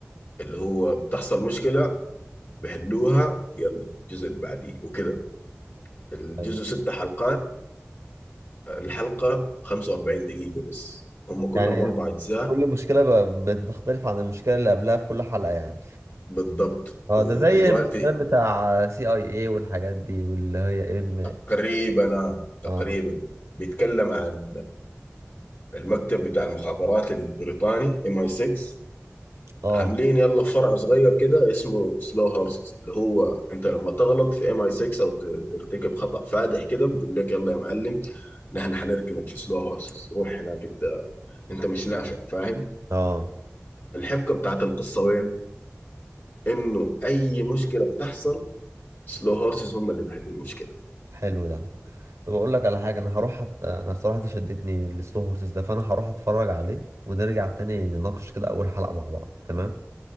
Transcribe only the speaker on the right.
ايوه
يعني
كل مشكلة ب- بتختلف عن المشكلة اللي قبلها في كل حلقة يعني
اه
ده زي المسلسلات بتاع سي اي اي والحاجات دي واللي هي ام
اه
اه
اه
حلو ده طب اقول لك على حاجة انا هروح أت... انا بصراحة انت شدتني لسلو هورسز ده فانا هروح اتفرج عليه ونرجع تاني نناقش كده اول حلقة مع بعض تمام